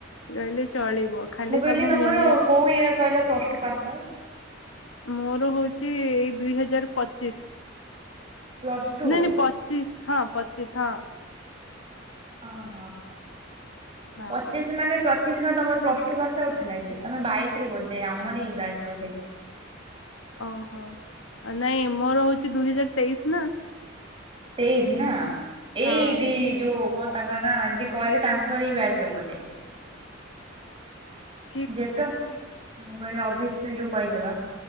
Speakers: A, on the left (about 80°); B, on the right (about 30°).
A: କହିଲେ ଚଳିବ। ଖାଲି
B: ମୁଁ କହିଲି
A: ତମ
B: ତମର
A: ମିନି
B: କୋଉ ଇୟର କହିଲ ପ୍ଲସ୍ ଟୁ ପାସ୍ ଆଉଟ୍।
A: ମୋର ହୋଉଚି ଏଇ ଦୁଇ ହଜାର ପଚିଶ୍।
B: Plus two.
A: ନାଇଁ ନାଇଁ ପଚିଶି ହଁ ପଚିଶି ହଁ।
B: ଅହ
A: ହଁ
B: ପଚିଶି ମାନେ ପଚିଶି କି ତମର ପ୍ଲସ୍ ଟୁ ପାସ୍ ଆଉଟ ଥିଲା କି? ତମେ ବାଇଶରେ ବୋଧେ ଆମରି ବ୍ୟାଚ୍ ବୋଧେ।
A: ଅହ ନାଇଁ ମୋର ହୋଉଚି ଦୁଇ ହଜାର ତେଇଶି ନା।
B: ତେଇଶି ନା ଏଇ
A: ହଁ
B: ଦି ଯୋଉ କଣ ତାଙ୍କର ନା ଯିଏ କହିଲେ ତାଙ୍କରି ବ୍ୟାଚ ର ବୋଧେ।
A: ହଁ।
B: ଯେଟ ମୁଁ କହିଲି ଅଭିଷେକ ସେ ଯୋଉ କହିଲେ ବା।